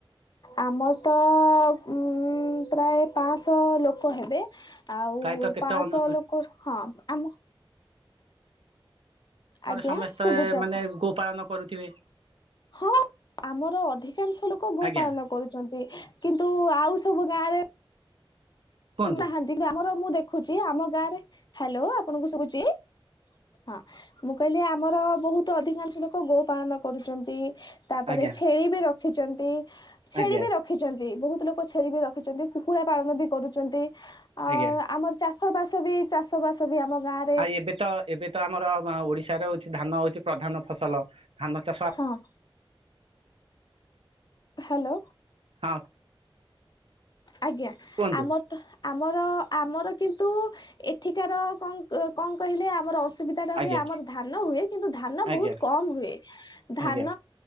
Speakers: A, on the left (about 50°); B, on the right (about 75°).
A: ଆମର ତ ଉଁ- ପ୍ରାୟେ ପାଁଅଶ ଲୋକ ହେବେ। ଆଉ
B: ପ୍ରାୟତଃ କେତେ
A: ପାଁଅଶ
B: ଅନୁ
A: ଲୋକ ହଁ ଆମ
B: ତମର
A: ଆଜ୍ଞା
B: ସମସ୍ତେ
A: ଶୁଭୁଛି ଆପଣ
B: ମାନେ ଗୋ ପାାଳନ କରୁଥିବେ?
A: ହଁ ଆମର ଅଧିକାଂଶ ଲୋକ ଗୋପାଳନ
B: ଆଜ୍ଞା
A: କରୁଚନ୍ତି କିନ୍ତୁ ଆଉ ସବୁ ଗାଁ ରେ
B: କୁହନ୍ତୁ
A: ନାହାନ୍ତି ଗ୍ରାମର ମୁଁ ଦେଖୁଚି ଆମ ଗାଁରେ- ହାଲୋ ଆପଣଙ୍କୁ ଶୁବୁଚି? ହଁ- ମୁଁ କହିଲି ଆମର ବହୁତୁ ଅଧିକାଂଶ ଲୋକ ଗୋ ପାଳନ କରୁଚନ୍ତି। ତାପରେ
B: ଆଜ୍ଞା
A: ଛେଳି ବି ରଖିଚନ୍ତି ଛେଳି
B: ଆଜ୍ଞା
A: ବି ରଖ୍ ରଖିଚନ୍ତି ବହୁତ୍ ଲୋକ ଛେଳି ବିି ରଖିଚନ୍ତି କୁକୁଡା ପାଳନ ବି କରୁଚନ୍ତି ଆ-ଆମର
B: ଆଜ୍ଞା
A: ଚାଷ ବାସ ବି ଚାଷ ବାସ ବି ଆମ ଗାଁରେ
B: ଆଉ ଏବେ ତ ଏବେ ତ ଆମର ଓଡିଶାରେ ହଉଚି ଧାନ ହଉଚି ପ୍ରଧାନ ଫସଲ ଧାନ ଚାଷ
A: ହଁ। ହାଲୋ।
B: ହଁ।
A: ଆଜ୍ଞା
B: କୁହନ୍ତୁ
A: ଆମର୍ ଆମର- ଆମର କିନ୍ତୁ ଏଠିକାର କଣ୍-କଣ୍ କହିଲେ ଆମର ଅସୁବିଧ୍ ବିଧା
B: ଆଜ୍ଞା
A: ହୁଏ ଆମର ଧାନ ହୁଏ କିନ୍ତୁ ଧାନ
B: ଆଜ୍ଞା
A: ବହୁତ୍ କମ୍ ହୁଏ ଧାନ
B: ଆଜ୍ଞା